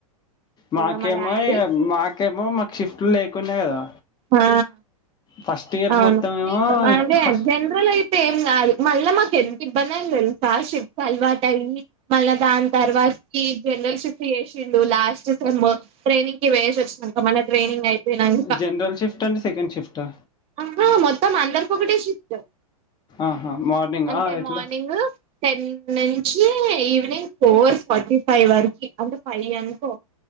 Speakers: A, on the left; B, on the right.
A: మాకేమో
B: ఇగ మా డాడీ
A: మాకేమో మాకు షిఫ్ట్ లే కొన్నే కదా
B: ఆ
A: ఫస్ట్ ఇయర్
B: అవును
A: మొత్తం ఏమో
B: మీకు అదే
A: ఎట్ ఫస్ట్
B: జనరల్ అయితే ఏం కాదు మళ్ళా మాకు ఎంత ఇబ్బంది ఆఇంది తెలుసా షిప్స్ అలవాటు అయ్యి మళ్ళా దాని తర్వాతికి జనరల్ షిఫ్ట్ చేసిండు లాస్ట్ సేమ్ము ట్రైనింగ్ కి పోయేషి వచ్చినంక మన ట్రైనింగ్ అయిపోయినంక
A: జనరల్ షిఫ్ట్ అండ్ సెకండ్ షిఫ్టా?
B: ఆహా మొత్తం అందరికి ఒకటే షిఫ్ట్
A: ఆహా! మార్నింగా
B: అంటే
A: ఎట్లా?
B: మార్నింగ్ టెన్ నుంచి ఈవినింగ్ ఫోర్ ఫార్టీ ఫైవ్ వరకి అంటే ఫై అనుకో